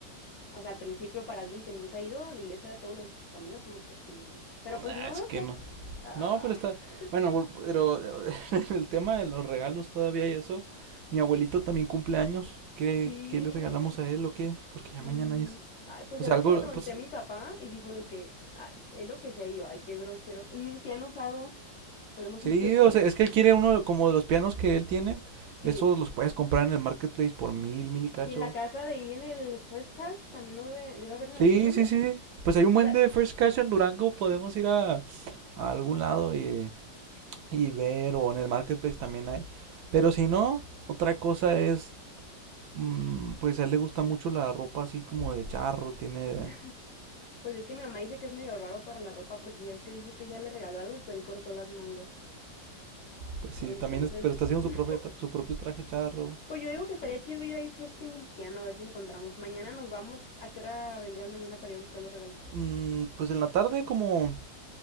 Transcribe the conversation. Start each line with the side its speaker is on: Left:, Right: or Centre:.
Left: o sea, al principio para alguien que nunca ha ido a la iglesia todos los domingos, como que sí. Pero pues
Right: Ah,
Left: no,
Right: es que
Left: o sea,
Right: no.
Left: ah,
Right: No, pero está.
Left: <laughs>
Right: Bueno, vol- pero eh, <laughs> en el tema de los regalos todavía y eso. Mi abuelito también cumple años. ¿Qué,
Left: sí.
Right: qué le regalamos a él o qué? Porque ya
Left: mm,
Right: mañana es.
Left: ay, pues
Right: O
Left: ya
Right: sea,
Left: ves
Right: algo,
Left: que le pregunté
Right: pues.
Left: a mi papá y dijo de que, ay, es lo que sé yo, ay, qué grosero. Un piano usado, ¿podemos
Right: Sí,
Left: ir thrifting?
Right: o sea, es que él quiere uno como de los pianos que él tiene.
Left: Sí.
Right: Esos los puedes comprar en el marketplace por mil, mil y cacho.
Left: Y en la casa de ahí en el First Cash también no debe, debe haber en
Right: Sí,
Left: alguno, ¿no?
Right: sí, sí. sí. Pues hay un
Left: O
Right: buen
Left: sea,
Right: de First Cash en Durango. Podemos ir a, a algún lado y, y ver. O en el marketplace también hay. Pero si no, otra cosa es Mm, pues a él le gusta mucho la ropa así como de charro, tiene...
Left: <laughs> pues es que mi mamá dice que es medio raro para la ropa porque es que dijo que ella le regaló algo y que él cortó las mangas.
Right: Pues sí,
Left: Entonces,
Right: también, es- pero está haciendo
Left: <laughs>
Right: su, profe- su propio traje charro.
Left: Pues yo digo que estaría chido ir a Interesting un piano a ver si encontramos. Mañana nos vamos. ¿A qué hora vendrías mañana para ir a buscar los regalos?
Right: Mm, pues en la tarde como...